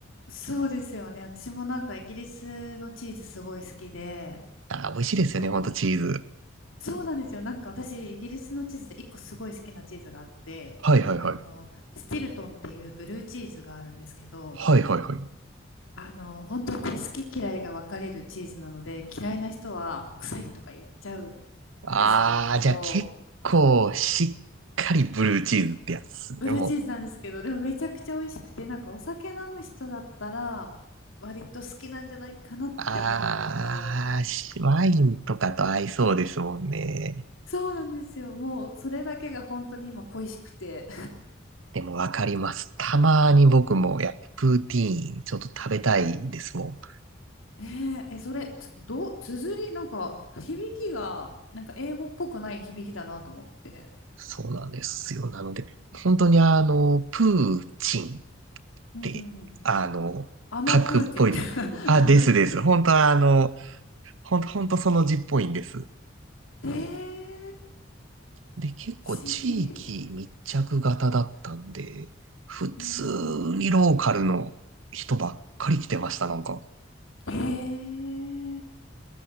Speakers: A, on the left; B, on the right.
A: え。そうですよね。私もなんかイギリスのチーズすごい好きで、
B: あー、美味しいですよね、
A: あの、
B: ほんとチーズ。
A: そうなんですよ。なんか私、イギリスのチーズで一個すごい好きなチーズがあって、
B: はいはいはい。
A: あの、スティルトンっていうブルーチーズがあるんですけど、
B: はいはいはい。
A: あの、本当これ好き嫌いが分かれるチーズなので、嫌いな人はもう臭いとか言っちゃう
B: ああ、
A: やつなんですけど、
B: じゃあ結構しっかりブルーチーズってやつですね、
A: ブルーチーズなんですけど、
B: もう。
A: でもめちゃくちゃ美味しくて、なんかお酒飲む人だったら、割と好きなんじゃないかなって思うんですけど、
B: ああ、しワインとかと合いそうですもんね。
A: そうなんですよ。もうそれだけが本当に今恋しくて。
B: でもわかります。たまに僕もやっぱプーティーンちょっと食べたいですもん。
A: ねえ、え、それ、つ、どう、綴り、なんか、響きが、なんか英語っぽくない響きだなと思って。
B: そうなんですよ。なので、本当にあの、プーチンっ
A: うんうんうん。
B: て、あの、
A: あのプーチンみたいな
B: 核っぽいで。あ、ですです。本当はあの、本当本当その字っぽいんです。
A: <laughs> えー、
B: で、結構地域密着型だったんで、
A: 不思議。
B: 普通
A: うん。
B: にローカルの人ばっかり来てました、なんか。
A: へえ。